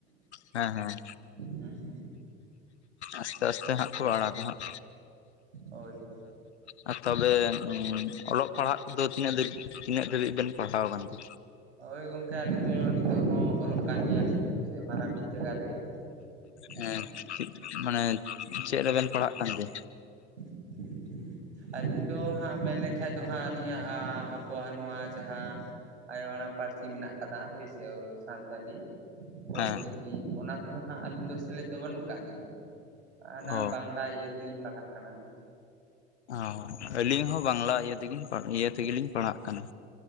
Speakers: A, on the left; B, on the right.
A: ᱦᱮᱸ ᱦᱮᱸ
B: ᱦᱸ
A: ᱟᱥᱛᱮ ᱟᱥᱛᱮ ᱦᱟᱸᱜ ᱠᱚ ᱟᱲᱟᱜᱟ ᱦᱟᱸᱜ
B: ᱦᱳᱭ ᱛᱚ
A: ᱟᱨ ᱛᱚᱵᱮ ᱚᱞᱚᱜ ᱯᱟᱲᱦᱟᱜ ᱠᱚᱫᱚ ᱛᱤᱱᱟᱹᱜ ᱫᱟᱹᱵᱤᱡ ᱛᱤᱱᱟᱹᱜ ᱫᱟᱹᱵᱤᱡ ᱵᱤᱱ ᱯᱟᱲᱦᱟᱣ ᱟᱠᱟᱱ ᱛᱮ
B: ᱦᱚᱭ ᱜᱚᱝᱠᱮ ᱟᱹᱞᱤᱧ ᱫᱚ ᱱᱤᱛᱚᱜ ᱦᱚᱸ ᱚᱞᱚᱜ ᱠᱟᱱ ᱜᱮᱭᱟᱞᱤᱧ ᱦᱳᱭᱥᱮ ᱢᱟᱨᱟᱝ ᱵᱤᱫᱽᱫᱟᱹᱜᱟᱲ ᱨᱮᱜᱮ
A: ᱦᱮᱸ
B: ᱦᱮ
A: ᱢᱟᱱᱮ ᱪᱮᱫ ᱨᱮᱵᱮᱱ ᱯᱟᱲᱦᱟᱜ ᱠᱟᱱᱛᱮ
B: <unintelligible> ᱟᱹᱞᱤᱧ ᱫᱚ ᱦᱟᱸᱜ ᱢᱮᱱ ᱞᱮᱠᱷᱟᱡ ᱫᱚ ᱦᱟᱸᱜ ᱟᱹᱞᱤᱧᱟᱜ ᱟᱵᱚᱣᱟᱜ ᱱᱚᱣᱟ ᱡᱟᱦᱟᱸ ᱟᱭᱳ ᱟᱲᱟᱝ ᱯᱟᱹᱨᱥᱤ ᱢᱮᱱᱟᱜ ᱟᱠᱟᱫᱟ ᱦᱳᱭᱥᱮ ᱥᱟᱱᱛᱟᱞᱤ ᱚᱞᱪᱤᱠᱤ
A: ᱦᱮᱸ
B: ᱚᱱᱟ ᱛᱮᱫᱚ ᱦᱟᱸᱜ ᱟᱹᱞᱤᱧ ᱫᱚ ᱥᱮᱞᱮᱫ ᱫᱚ ᱵᱟᱹᱱᱩᱜ ᱠᱟᱜ ᱞᱤᱧᱟᱹ ᱚᱱᱟ
A: ᱚ
B: ᱵᱟᱝᱞᱟ ᱤᱭᱟᱹ ᱛᱮᱞᱤᱧ ᱯᱟᱲᱦᱟᱜ ᱠᱟᱱᱟ ᱦᱳᱭ
A: ᱚ ᱟᱹᱞᱤᱧ ᱦᱚᱸ ᱵᱟᱝᱞᱟ ᱤᱭᱟᱹ ᱛᱮᱜ ᱤᱭᱟᱹ ᱛᱮᱜᱮᱞᱤᱧ ᱯᱟᱲᱦᱟᱜ ᱠᱟᱱᱟ